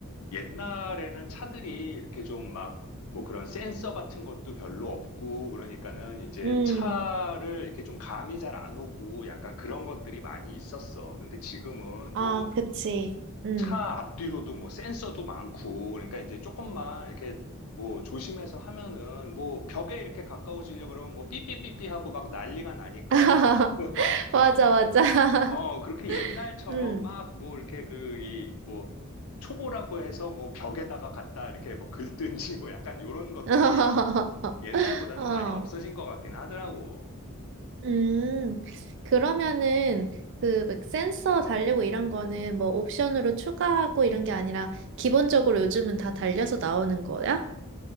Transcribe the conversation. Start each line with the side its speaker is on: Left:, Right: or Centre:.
Left: 옛날에는 차들이 이렇게 좀 막 뭐 그런 센서 같은 것도 별로 없고 그러니까는 이제
Right: 음.
Left: 차를 이렇게 좀 감이 잘 안 오고 약간 그런 것들이 많이 있었어. 근데 지금은
Right: 아,
Left: 뭐
Right: 그치. 음.
Left: 차 앞뒤로도 뭐 센서도 많고 그러니까 이제 조금만 이렇게 뭐 조심해서 하면은 뭐 벽에 이렇게 가까워지려고 그러면 뭐 삐삐삐삐 하고 막 난리가 나니까
Right: <laughs>
Left: <laughs>
Right: 맞아, 맞아. <laughs>
Left: 어, 그렇게 옛날처럼
Right: 음.
Left: 막 뭐 이렇게 그, 이, 뭐, 초보라고 해서 뭐 벽에다가 갖다 이렇게 뭐 긁든지 뭐 약간 요런 것들이
Right: <laughs>
Left: 옛날보다는
Right: 어.
Left: 많이 없어진 것 같긴 하더라고.
Right: 음. 그러면은 그 막 센서 달리고 이런 거는 뭐 옵션으로 추가하고 이런 게 아니라 기본적으로 요즘은 다 달려서 나오는 거야?